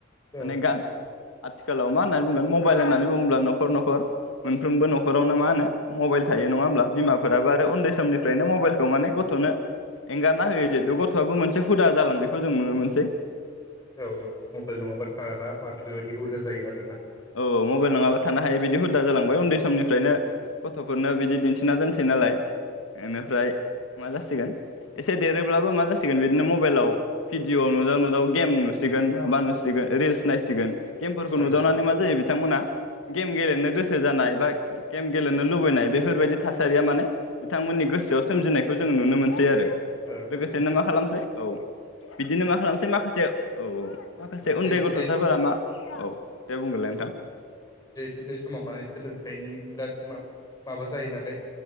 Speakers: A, on the left (about 20°); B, on the left (about 80°).
A: औ
B: माने गा आथिखालाव मा होननानै बुंगोन मबाइल होननानै बुङोब्ला नखर नखर मोनफ्रोमबो नखरावनो मा होनो मबाइल थायो नङा होब्ला बिमा फोराबो आरो उन्दै समनि ओरैनो मबाइलखौ माने गथनो एंगारना होयो जिहेतु गथआबो मोनसे हुदा जालांनायखौ जों नुनो मोनसै।
A: औ औ मबाइल नङाबा थाला माने बेबायदि हुदा जायो आरोना।
B: औ मबाइल नङाबा थानो हायै बिदि हुदा जालांबाय उन्दै समनि फ्रायनो
A: औ
B: गथफोरनो बिदि दिन्थि सोना दोनसै नालाय ओनिफ्राय मा जासिगोन एसे देरोब्लाबो मा जासिगोन बिदिनो मबाइलाव भिडिअ नुदाव नुदाव गेम नुसिगोन माबा नुसिगोन रिल्स नायसिगोन गेमफोरखौ
A: औ
B: नुदावनानै मा बिथांमोना गेम गेलेनो गोसो जानाय बा गेम गेलेनो लुबैनाय बेफोरबायदि थासारिया माने बिथांमोननि गोसोआव सोमजिनायखौ जोङो नुनो मोनो। सै आरो
A: जिहेथु
B: लोगोसेनो मा खालामसै औ। बिदिनो मा खालामसै माखासे औ औ माखासे उन्दै
A: जिहेथु
B: गथसाफोरा
A: बे
B: मा औ दे बुंग्रोनलाय
A: जिहेतु बे समाव माने सोलोंथाइनि बिराद माबा जायो नालाय